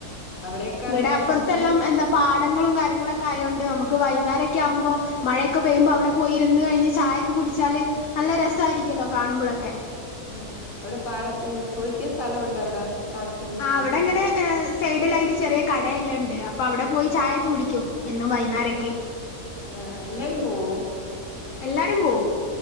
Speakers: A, on the left; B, on the left.
A: അവിടെയൊക്കെ
B: ഇവിടെ
A: അങ്ങനെ
B: അപ്പുറത്തെ
A: ഇച്ചിരി
B: എല്ലാം എന്താ പാടങ്ങളും കാര്യങ്ങളുംക്കെ ആയതോണ്ട് <unintelligible> വൈുന്നേരൊക്കെ ആകുമ്പോ മഴയൊക്കെ പെയ്യ്പോ അവിടെ പോയി ഇരുന്ന് കഴിഞ്ഞ് ചായയക്കെ കുടിച്ചാല് നല്ല രസ ആയിരിക്കും ല്ല കാണുമ്പോഴൊക്കെ
A: ഉം അവിടെ പാടത്ത് പോയിരിക്ക സ്ഥലം ഉണ്ടോ അവിടെ പാടത്തിന്റെ സൈഡില്
B: ആഹ് അവിടെങ്ങനെ സൈഡിലായിട്ട് ചെറിയ കടയെല്ലാം ഇണ്ട് അപ്പൊ അവിടെ പോയി ചായയൊക്കെ കുടിക്കും എന്നും വൈന്നേരൊക്കെ
A: ആഹ എല്ലാവരും പോവോ
B: എല്ലാവരും പോവും